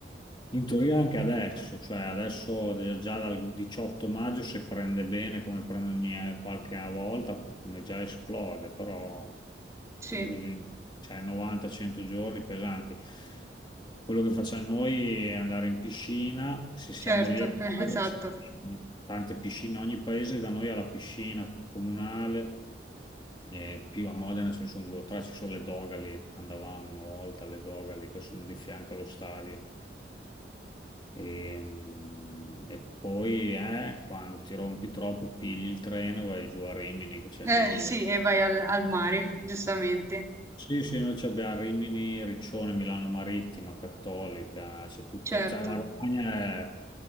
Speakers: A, on the left (about 25°); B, on the right (about 15°).
A: In teoria anche adesso, cioè adesso già già dal 18 maggio se prende bene come prende ogni qualche volta come già esplode, però
B: sì,
A: comunque bisogna- cioè 90-100 giorni pesanti. Quello che facciamo noi è andare in piscina, se siamo
B: certo,
A: lì a caso
B: <laughs> eh, esatto.
A: c'è la piscina, tante piscine, ogni paese da noi ha la piscina comunale, e più a Modena ce ne sono due o tre, ci sono le Dogali, andavamo una volta alle Dogali che sono di fianco allo stadio. Ehm, E, poi eh, quando ti rompi troppo, pigli il treno e vai giù a Rimini, che c'è
B: Eh,
A: il delirio.
B: sì, e vai al, al mare, giustamente,
A: Sì, sì, noi ci abbiamo Rimini, Riccione, Milano Marittima, Cattolica, c'è tutto,
B: certo.
A: cioè la Romagna è,